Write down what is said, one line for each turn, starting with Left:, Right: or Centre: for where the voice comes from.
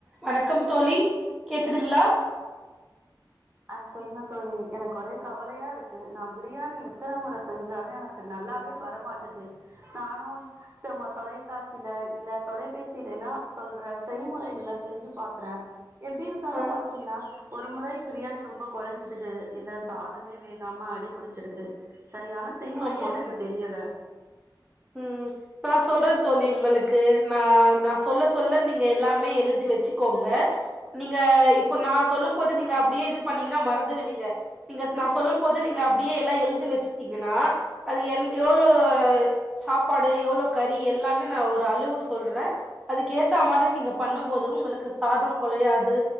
Centre: வணக்கம் தோழி கேக்குதுங்ளா
Right: அ சொல்லுங்க தோழி எனக்கு ஒரே கவலையா இருக்கு நா பிரியாணி எத்தன முற செஞ்சாலு எனக்கு க்கு நல்லாவே வர மாட்டது நானு தம தொலைக்காட்சில இல்ல தொலைபேசில எல்லா சொல்ற செய்முறைகள செஞ்சு பாக்குறே எப்டி இருந்தாலு
Centre: ஆ
Right: பாத்தீங்கன்னா ஒரு முறை பிரியாணி ரொம்ப கொலஞ்சிடுது இல்ல சாதமே வேகாம அடிபிடிச்சுடுது சரியான செய்முறையே
Centre: ஆமா
Right: எனக்கு தெரியல
Centre: ம் நா சொல்றே தோழி உங்களுக்கு நா நா சொல்ல சொல்ல நீங்க எல்லாமே எழுதி வச்சுக்கோங்க நீங்க இப்போ நா சொல்லம் போது நீங்க அப்படியே இது பண்ணீங்கன்னா மறந்துருவீங்க நீங்க நா சொல்லும் போது நீங்க அப்டியே எல்லா எழுதி வச்சுட்டீங்கன்னா அது எல் எவ்ளோ சாப்பாடு எவ்ளோ கறி எல்லாமே நா ஒரு அளவு சொல்றே அதுக்கு ஏத்த மாதிரி நீங்க பண்ணும் போது உங்களுக்கு சாதம் குலையாது